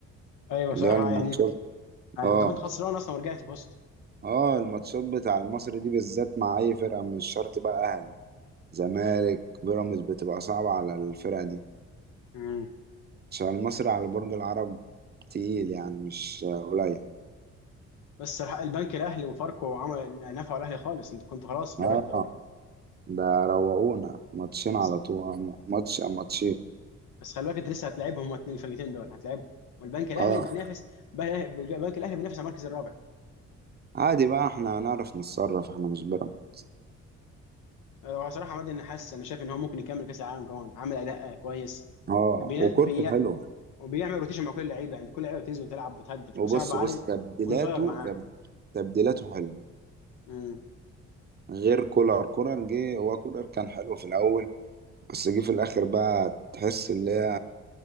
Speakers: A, on the left (about 85°); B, on the right (about 35°).
A: ايوه
B: اللي
A: صراحة
B: هي الماتشات
A: يعني يعني
B: اه
A: انت كنت خسران اصلا ورجعت فزت
B: اه الماتشات بتاع المصري دي بالذات مع اي فرقه مش شرط بقى اهلي زمالك بيراميدز بتبقى صعبه على الفرقه دي
A: مم.
B: عشان المصري على برج العرب تقيل يعني مش قليل
A: بس صراحة البنك الاهلي وفاركو عمل نفعوا الاهلي خالص انت كنت خلاص بره
B: اه
A: الدوري
B: ده روقونا ماتشين على
A: بس
B: طول ماتش ماتشين
A: بس خلي بالك انت لسه هتلاعبهم هما اتنين الفرقتين دول هتلاعبهم والبنك الاهلي
B: اه
A: بينافس البنك الاهلي بينافس على المركز الرابع
B: عادي بقى احنا هنعرف نتصرف احنا مش بيراميدز
A: هو صراحه عماد النحاس انا شايف ان هو ممكن يكمل كاس العالم كمان عامل اداء آه، كويس
B: اه
A: بي...
B: وكورته
A: بي...
B: حلوه
A: وبيعمل روتيشن مع كل اللعيبه يعني كل لعيبه بتنزل وتلعب وتهدف
B: وبص
A: وسام ابو علي
B: بص تبديلاته
A: اون فاير معاه
B: تب... تبديلاته حلوه
A: امم
B: غير كولر كولر جه هو كولر كان حلو في الاول بس جه في الاخر بقى تحس ان هي